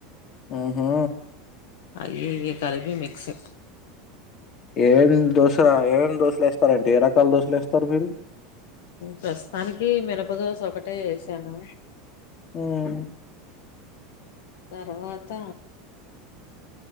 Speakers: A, on the left; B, on the left.
A: ఉహు
B: అయ్యి ఇయ్యి కలిపి మిక్సీ
A: ఏం ఏం దోస ఏం ఏమి దోశలు ఏస్తారు అంటే ఏ రకాల దోశలు ఏస్తారు మీరు
B: ప్రస్తుతానికి మినపదోస ఒకటే ఏసాను
A: హుమ్
B: తర్వాత